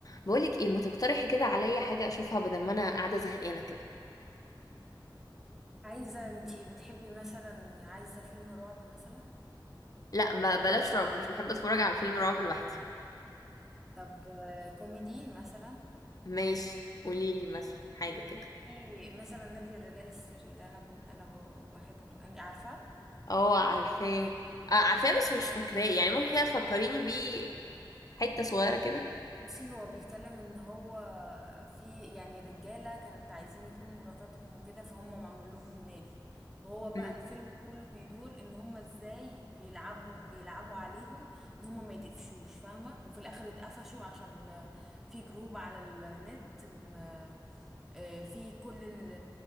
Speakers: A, on the left; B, in the centre.
A: بقولك ايه ما تقترحي كده عليا حاجة اشوفها بدل ما انا قاعدة زهقانة كده
B: عايزة انتي بتحبي مثلا عايزة فيلم رعب مثلا
A: لا ب- بلاش رعب مش بحب اتفرج على فيلم رعب لوحدي
B: طب آه، كوميدي مثلا
A: ماشي قوليلي مثلا حاجة كده
B: في مثلا نادي الرجال السري ده انا كنت انا ب- بحبه انت عارفة
A: اه عارفاه اه عارفاه بس مش فاكراه يعني ممكن كده تفكريني بيه حتة صغيرة كده
B: بصي هو بيتكلم ان هو في يعني رجاله كانت عايزين يخونوا مراتاتهم وكده فهم معمول لهم نادي وهو بقى
A: مم.
B: الفيلم كله بيدور ان هم ازاي بيلعبوا بيلعبوا عليهم ان هم ما يتقفشوش فاهمه وفي الاخر اتقفشوا عشان في جروب على النت م- آه، في كل ال